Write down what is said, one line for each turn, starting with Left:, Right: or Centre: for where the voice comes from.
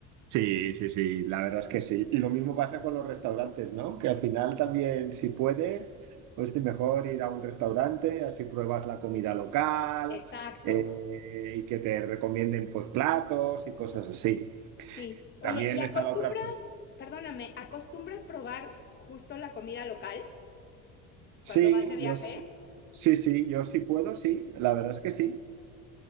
Right: Sí, sí, sí, la verdad es que sí. Y lo mismo pasa con los restaurantes, ¿no? Que al final también, si puedes, pues te mejor ir a un restaurante, así pruebas la comida local
Left: Exacto.
Right: eh, y que te recomienden pues platos y cosas así.
Left: Sí. Oye,
Right: También
Left: ¿y acostumbras,
Right: está la otra.
Left: perdóname, acostumbras probar justo la comida local
Right: Sí,
Left: cuando vas de viaje?
Right: yo sí, sí, sí, yo sí puedo, sí, la verdad es que sí.